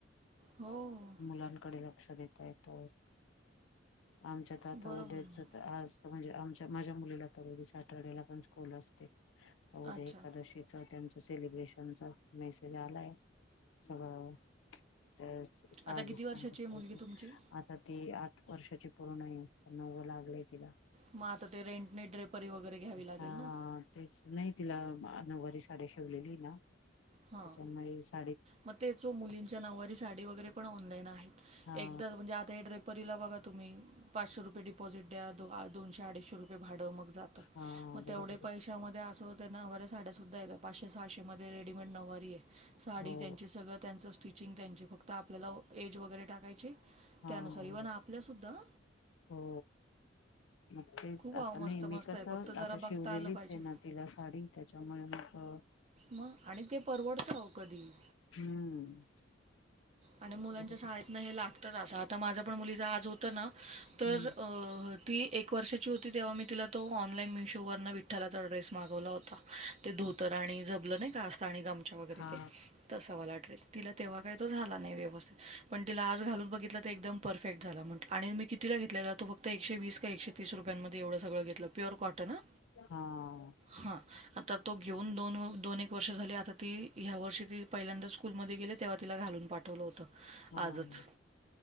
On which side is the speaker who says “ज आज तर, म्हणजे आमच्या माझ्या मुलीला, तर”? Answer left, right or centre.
Left